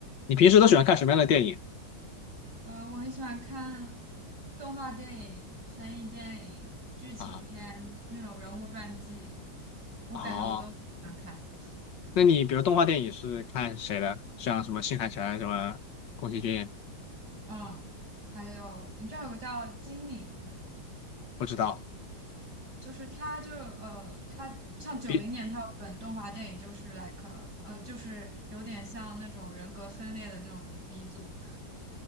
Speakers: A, on the left; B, on the right.
A: 你平时都喜欢看什么样的电影
B: 呃，我很喜欢看动画电影、悬疑电影、剧情片那种人物传记，
A: 啊？
B: 我感觉我都挺喜欢看的。
A: 哦，那你比如动画电影是看谁的？像什么新海诚、什么宫崎骏，
B: 嗯，还有你知道有个叫金敏，
A: 不知道。
B: 就是他就呃，他像九零年他有本动画电影，
A: 比
B: 就是 like 呃，就是有点像那种人格分裂的那种鼻祖。